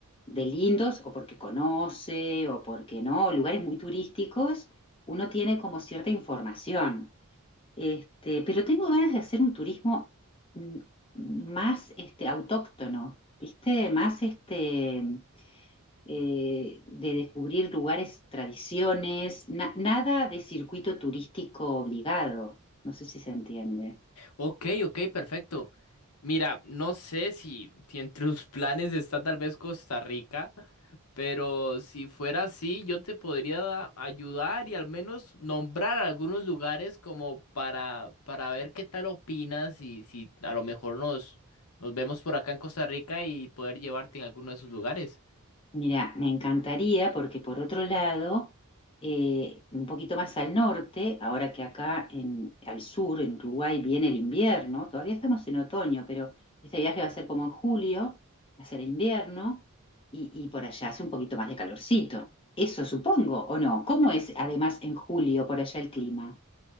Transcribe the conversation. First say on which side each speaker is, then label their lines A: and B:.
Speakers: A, on the left; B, on the left.
A: de lindos, o porque conoce, o porque no, lugares muy turísticos, uno tiene como cierta información. Este, pero tengo ganas de hacer un turismo mm, más este, autóctono, ¿viste? Más este, eh, de descubrir lugares, tradiciones, na- nada de circuito turístico obligado. No sé si se entiende.
B: ok, ok, perfecto. Mira, no sé si, si entre tus <laughs> planes está tal vez Costa Rica, pero si fuera así, yo te podría da- ayudar y al menos nombrar algunos lugares como para, para ver qué tal opinas y si a lo mejor nos, nos vemos por acá en Costa Rica y poder llevarte en alguno de esos lugares.
A: Mira, me encantaría porque por otro lado, eh, un poquito más al norte, ahora que acá en, al sur, en Uruguay, viene el invierno, todavía estamos en otoño, pero este viaje va a ser como en julio, va a ser invierno y, y por allá hace un poquito más de calorcito. Eso supongo, ¿o no? ¿Cómo es además en julio por allá el clima?